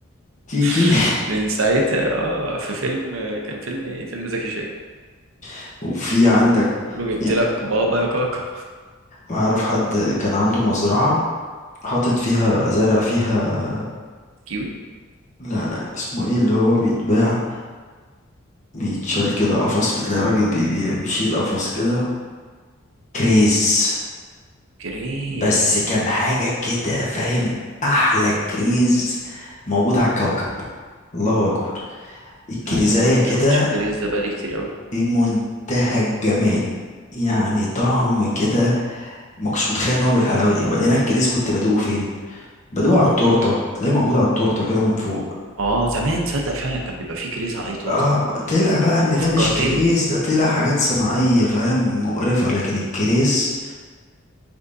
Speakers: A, on the left (about 35°); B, on the right (about 80°).
A: تيكي
B: <laughs> من ساعتها اه في فيلم كان فيلم إيه؟ فيلم زكي شان
A: <laughs> وفي عندك
B: لما بيقول له جبت
A: في
B: لك بابا يا كاكا
A: أعرف حد كان عنده مزرعة حاطط فيها زرع فيها
B: كيوي
A: لا لا اسمه ايه اللي هو بيتباع بيتشال كده قفص بتلاقي راجل بيبيع بيشيل قفص كده كريز
B: كريز
A: بس كان حاجة كده فاهم أحلى كريز موجود على الكوكب الله أكبر الكريزاية
B: انت عارف ان انا
A: كده
B: ما شفتش الكريز ده بقالي كتير قوي
A: في منتهى الجمال يعني طعم كده ما كنتش متخيل ان هو بالحلاوه دي وبعدين أنا الكريز كنت بدوقه فين بدوق على
B: مم.
A: التورته تلاقيه موجود على التورته كده من فوق
B: اه زمان صدق فعلا كان بيبقى فيه كريز على اي تورته
A: اه طلع بقى ان ده
B: فكرتني
A: مش كريز ده طلع حاجات صناعيه فاهم مقرفه لكن الكريز